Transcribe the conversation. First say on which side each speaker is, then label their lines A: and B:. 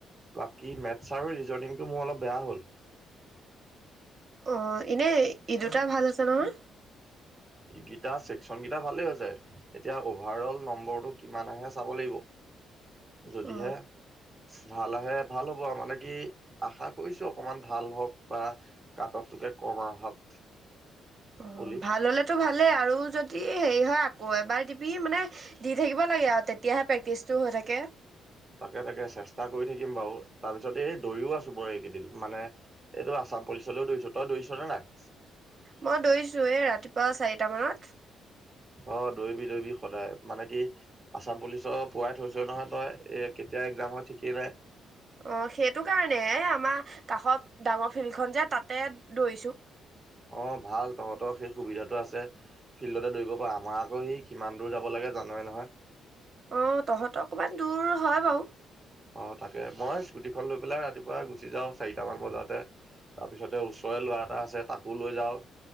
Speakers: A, on the right; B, on the right.
A: বাকী মেথছ আৰু ৰিজনিংটো মোৰ অলপ বেয়া হ'ল।
B: অ' এনেই এই দুটা ভাল হৈছে নহয়?
A: ইগিটা চেকচনকেইটা গিটাৰ ভালে হৈছে এতিয়া অভাৰ অল নম্বৰটো কিমান আহে চাব লাগিব। যদিহে
B: অ
A: ভাল আহে ভাল হ'ব আৰু মানে কি আশা কৰিছো অকমান ভাল হওক বা কাতকটোকে কম আহক।
B: অ'
A: বুলি
B: ভাল হ'লেতো ভালেই আৰু যদি হেৰি হয় আকৌ এবাৰ দিবি মানে দি থাকিব লাগে আৰু তেতিয়াহে প্ৰেক্টিচটো হৈ থাকে।
A: তাকে তাকে চেষ্টা কৰি থাকিম বাৰু তাৰপিছত এই দৰিও আছো বৰ এইকেইদিন মানে এইটো আছাম পুলিচলৈও দৰিছো তই দৌৰিছ নে নাই?
B: মই দৌৰিছো এ ৰাতিপুৱা চাৰিটা মানত।
A: অ' দৌৰিবি, দৌৰিবি সদায় মানে কি আছাম পুলিচৰ পোৱাই থৈছ নহয় তই এ কেতিয়া একজাম হয় থঠিকেই নাই।
B: অ' সেইটো কাৰণে এই আমাৰ কাষত ডাঙৰ ফিল্ডখন যে তাতে দৌৰিছো।
A: অ' ভাল তহঁতৰ সেই সুবিধাটো আছে। ফিল্ডতে দৌৰিব পাও আমাৰ আকৌ সি কিমান দূৰ যাব লাগে জানৱে নহয়।
B: অ' তহঁতক অকণমান দূৰ হয় বাৰু।
A: অ' তাকে মই স্কুটিখন লৈ পেলাই ৰাতিপুৱা গুচি যাওঁ চাৰিটামান বজাতে। তাৰ পিছতে ওচৰৰে ল'ৰা এটা আছে তাকো লৈ যাওঁ।